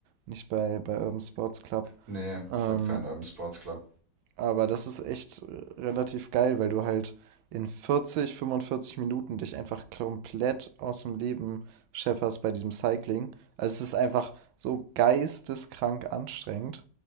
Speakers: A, on the right; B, on the right.
A: nicht bei, bei Urban Sports Club.
B: nee,
A: Ähm,
B: ich habe keinen Urban Sports Club.
A: aber das ist echt äh, relativ geil, weil du halt in 40, 45 Minuten dich einfach komplett aus dem Leben schepperst bei diesem Cycling. Also es ist einfach so geisteskrank anstrengend.